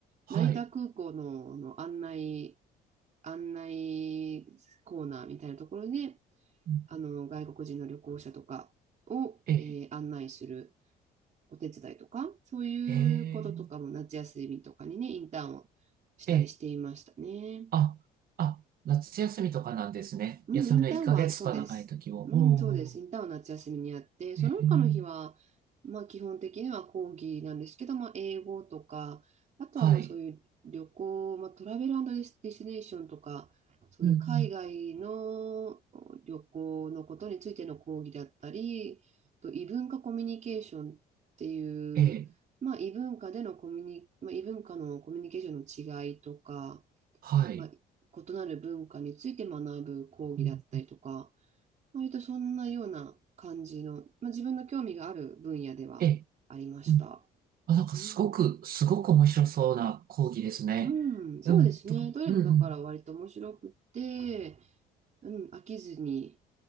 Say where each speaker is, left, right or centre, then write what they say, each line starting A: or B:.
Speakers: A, on the right; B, on the right.
A: はい。
B: 成田空港の、あの案内、案内コーナーみたいなところで、
A: うん
B: あの、外国人の旅行者とかを、
A: ええ、
B: えー案内するお手伝いとか、そういうこととかも夏休みとかにね、
A: ええ、
B: インターンをしたりしていましたね。
A: ええ、あ、あ、夏休みとかなんですね。
B: うん、
A: 休みの1ヶ月とか長い時を。
B: インターンはそうです。
A: おお、
B: うん、そうです。インターンは夏休みにやって、その他の日は、
A: ええ、
B: まあ基本的には講義なんですけど、まあ英語とか、あとはまあそういう旅行、
A: はい。
B: まあトラベルディスディスティネーションとか、そういう海外の旅行のことについての講義だったり、
A: うんうん、
B: と異文化コミュニケーションっていう、
A: ええ、
B: まあ異文化でのコミュニ、まあ異文化のコミュニケーションの違いとか、
A: はい。
B: まあ、異なる文化について学ぶ講義だったりとか、
A: うん、
B: 割とそんなような感じの、まあ、自分の興味がある分野ではありました。
A: ええ、うん。あ、なんかすごく、
B: うん、
A: すごく面白そうな講義ですね。
B: うん、そうですね。
A: うん、とか、
B: どれもだから割と面白くて、
A: うんうん、
B: うん、飽きずに